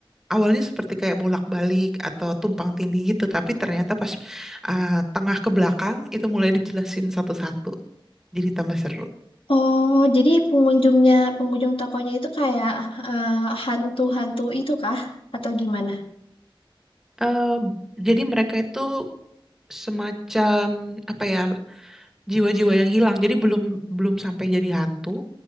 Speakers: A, in the centre; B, on the left.
A: awalnya seperti kayak bolak-balik atau tumpang tindih gitu tapi ternyata pas uh, tengah ke belakang itu mulai dijelasin satu-satu jadi tambah seru
B: Oh, jadi pengunjungnya, pengunjung tokonya itu kayak eh, hantu-hantu itu kah? Atau gimana?
A: Eh, jadi mereka itu semacam apa ya jiwa-jiwa yang hilang jadi belum belum sampai jadi hantu